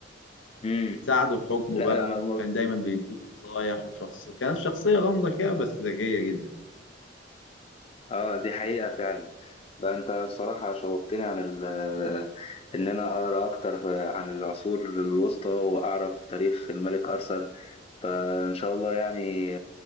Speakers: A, on the left; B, on the left.
A: امم
B: ساعده في حكمه
A: لا
B: بقى
A: ما- ما-
B: وكان دايما بيديله نصايح وشخص كانت شخصية غامضة كده بس ذكية جدا
A: اه دي حقيقة فعلا لا انت الصراحة شوقتني عن ال ان انا اقرا اكتر عن العصور الوسطى واعرف تاريخ الملك ارثر فان شاء الله يعني